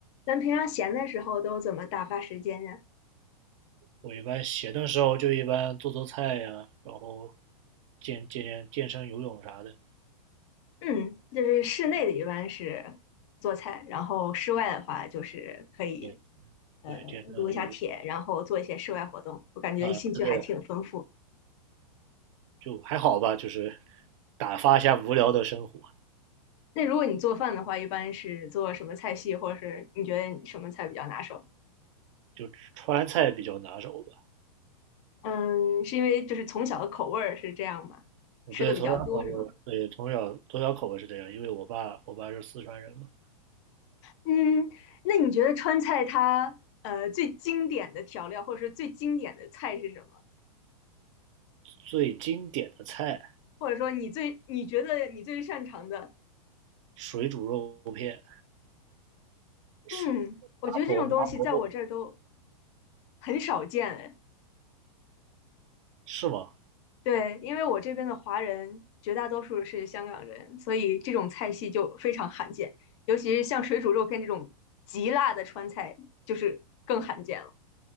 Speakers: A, on the left; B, on the right.
A: 咱平常闲的时候都怎么打发时间呀？
B: 我一般闲的时候就一般做做菜呀，然后健健健健身、游泳啥的。
A: 嗯，就是室内的一般是做菜，然后室外的话就是可以
B: 健
A: 呃撸一下铁，
B: 对，健身、游泳
A: 然后做一些室外活动。我感觉兴趣还挺丰富。
B: 啊之类的，就还好吧，就是打发一下无聊的生活。
A: 那如果你做饭的话，一般是做什么菜系，或者是你觉得你什么菜比较拿手？
B: 就川菜比较拿手吧。
A: 嗯，是因为就是从小的口味儿是这样吗？
B: 嗯对，
A: 吃的比较多是吗？
B: 从小口味，对，从小从小口味是这样，因为我爸我爸是四川人嘛。
A: 嗯，那你觉得川菜它呃最经典的调料，或者是最经典的菜是什么？
B: 最经典的菜，
A: 或者说你最你觉得你最擅长的，
B: 水煮肉片，水麻婆麻婆豆腐
A: 嗯，我觉得这种东西在我这儿都很少见哎。
B: 是吗？
A: 对，因为我这边的华人绝大多数是香港人，所以这种菜系就非常罕见，尤其是像水煮肉片这种极辣的川菜，就是更罕见了。